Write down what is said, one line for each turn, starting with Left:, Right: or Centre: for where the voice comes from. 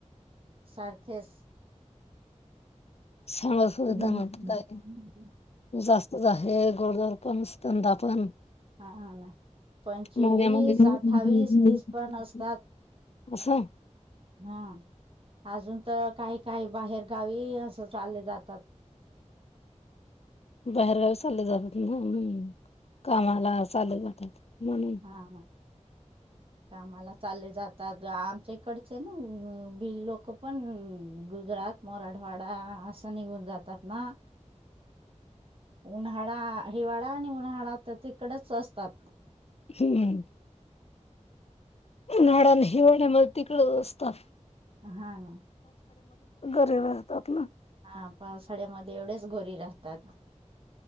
Right: सारखेच
Left: चांगली सुविधा
Right: हम्म
Left: म्ह काय जास्त जास्त हे गरोदर पण स्तंनदा पण
Right: हा ना पंचवीस
Left: माझ्यामध्ये <unintelligible>
Right: अठ्ठावीस तीस पण असतात
Left: असं.
Right: हा. अजून तर काही काही बाहेर गावी असं चालले जातात. <inaudible>
Left: बाहेरगावी चालले जातात ना, कामाला चालले जातात. म्हणून
Right: हा हा. कामाला चालले जातात आमच्या इकडचे ना बी लोक पण गुजरात मराठवाडा असं निघून जातात ना. उन्हाळा, हिवाळा आणि उन्हाळा तर तिकडच असतात.
Left: हम्म् उन्हाळा आणि हिवाळ मी तिकड असत. तर
Right: हा हा...
Left: घरी राहतात ना.
Right: हा पावसाळ्यामध्ये एवढेच गोरीला असतात.